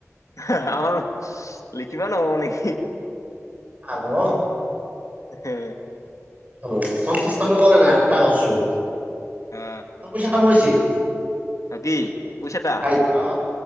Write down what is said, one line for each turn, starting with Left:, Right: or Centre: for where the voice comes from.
Left: হাঁ আমাৰ লিখিবা নাপাব নেকি?
Right: আহোঁ অ'।
Left: হে।
Right: <inaudible> পঞ্চাশটামান কৰা নাই আঠটা কৰছোঁ। তোৰ
Left: আহ
Right: পইচা কা <unintelligible>
Left: বাকী পইছাটা।
Right: আই অ